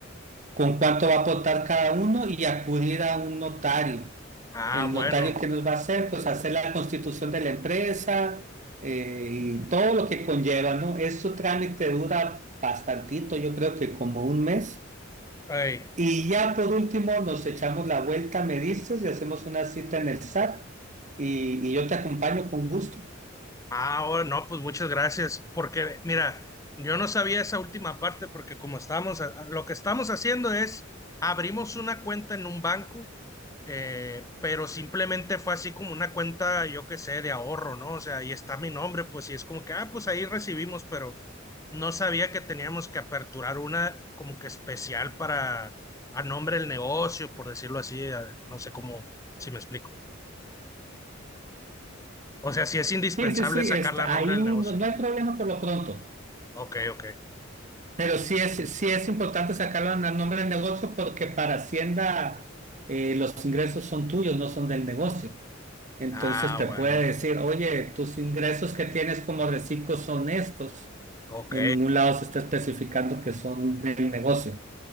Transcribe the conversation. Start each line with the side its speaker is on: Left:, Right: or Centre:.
Right: con cuánto va a aportar cada uno y acudir a un notario.
Left: Ah,
Right: El
Left: bueno.
Right: notario que nos va a hacer, pues hacer la constitución de la empresa eh, y todo lo que conlleva, ¿no? Este trámite dura bastantito, yo creo que como un mes.
Left: Ey,
Right: Y ya por último nos echamos la vuelta, me dices, y hacemos una cita en el SAT y y yo te acompaño con gusto.
Left: Ah, oh, no, pues muchas gracias, porque mira, yo no sabía esa última parte, porque como estamos, lo que estamos haciendo es, abrimos una cuenta en un banco, eh, pero simplemente fue así como una cuenta, yo qué sé, de ahorro, ¿no? O sea, ahí está mi nombre, pues y es como que, ah, pues ahí recibimos, pero no sabía que teníamos que aperturar una como que especial para, a nombre del negocio, por decirlo así, a- no sé cómo, si me explico. O sea, si es indispensable
Right: Sí, sí, sí,
Left: sacarla
Right: está,
Left: a nombre
Right: ahí
Left: del
Right: no,
Left: negocio.
Right: no hay problema por lo pronto,
Left: Ok, ok.
Right: pero sí es, sí es importante sacarlo al nombre del negocio porque para Hacienda eh, los ingresos son tuyos, no son del negocio. Entonces
Left: Ah,
Right: te
Left: bueno,
Right: puede decir, oye, tus ingresos que tienes como reciclo son estos.
Left: ok.
Right: En ningún lado se está especificando que son del negocio.